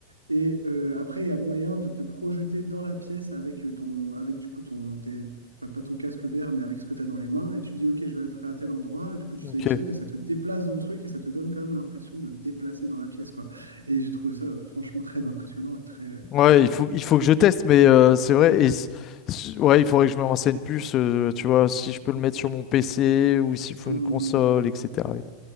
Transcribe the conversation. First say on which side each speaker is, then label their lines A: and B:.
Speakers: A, on the right (about 80°); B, on the left (about 35°).
A: Et euh, après, il y a moyen de te projeter dans la pièce avec euh, ton, avec du coup ton, tes- pas pas ton casque vert, mais avec ce que tu as dans les mains. Et tu dis, OK, je vais être à tel endroit. Et Du coup, tu sélectionnes
B: Ok.
A: et ça te déplace dans le truc et ça te donne quand même l'impression de te déplacer dans la pièce, quoi. Et j'ai trouvé ça euh, franchement très impressionnant et très.
B: Ouais, il faut, il faut que je teste, mais euh, c'est vrai. Et, s- s- ouais, il faudrait que je me renseigne plus, euh, tu vois, si je peux le mettre sur mon PC ou s'il faut
A: euh,
B: une console,
A: <laughs>
B: etc.